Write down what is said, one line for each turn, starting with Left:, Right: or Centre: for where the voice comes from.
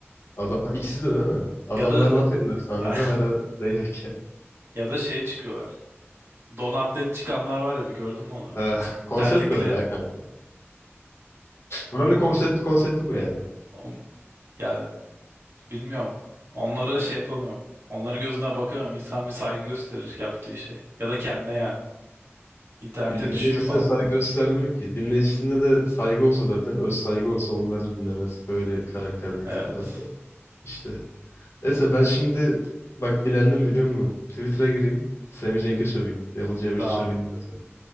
Left: Adam, ikisi de değil mi? Adamlar
Right: Ya da
Left: laf ediyorlar sahnede
Right: <laughs>
Left: hala playback
Right: ya da şey çıkıyorlar. Don atlet çıkanlar var ya bir gördün mü onları?
Left: Ha, <laughs> konsept
Right: Terlikle
Left: böyle ya kanka. Buranın konsept, konsepti bu yani.
Right: o- ya bilmiyorum. Onlara şey yapamıyorum. Onların gözüne bakamıyorum. İnsan bir saygı gösterir yaptığı şey. Ya da kendine yani. İnternete
Left: E, Dinleyicisine
Right: düşüyor falan.
Left: saygı göstermiyor ki. Dinleyicisine de saygı olsa zaten öz saygı olsa onları dinlemez. Öyle karakterde
Right: Evet.
Left: insanları da. İşte. Neyse ben şimdi bak bilendim biliyor musun? Twitter'a gireyim. Sami Cenk'e söveyim. Level C5'e
Right: Tamam.
Left: söveyim biraz. da.